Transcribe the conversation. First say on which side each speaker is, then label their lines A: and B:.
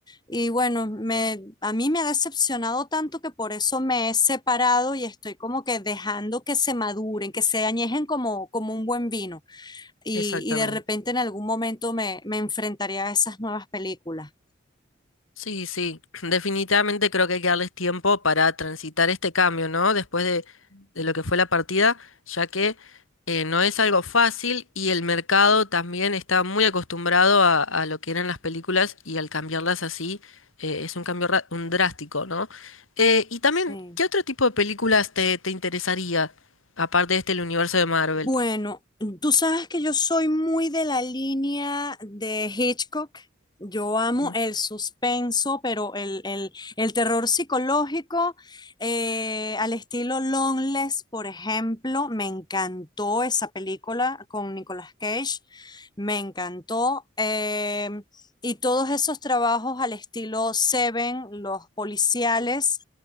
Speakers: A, on the left (about 20°); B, on the left (about 85°).
A: Y bueno, me, a mí me ha decepcionado tanto que por eso me he separado y estoy como que dejando que se maduren, que se añejen como, como un buen vino y,
B: Exactamente.
A: y de repente en algún momento me, me enfrentaría a esas nuevas películas.
B: Sí, sí, <clears throat> definitivamente creo que hay que darles tiempo para transitar este cambio, ¿no? Después de, de lo que fue la partida, ya que eh, no es algo fácil y el mercado también está muy acostumbrado a, a lo que eran las películas y al cambiarlas así eh, es un cambio ra- un drástico, ¿no? Eh, y también,
A: Sí.
B: ¿qué otro tipo de películas te, te interesaría, aparte de este, el universo de Marvel?
A: Bueno, tú sabes que yo soy muy de la línea de Hitchcock. Yo amo
B: Mm,
A: el suspenso, pero el, el- el terror psicológico eh, al estilo Longlegs, por ejemplo, me encantó esa película con Nicolas Cage, me encantó. Em, y todos esos trabajos al estilo Seven, los policiales